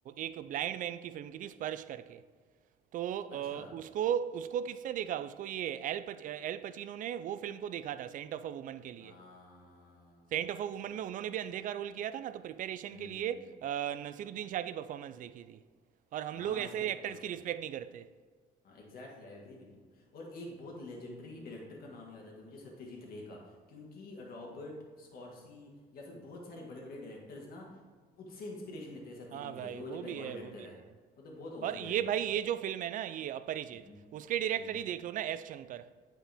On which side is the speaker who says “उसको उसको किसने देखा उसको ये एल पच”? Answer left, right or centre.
Right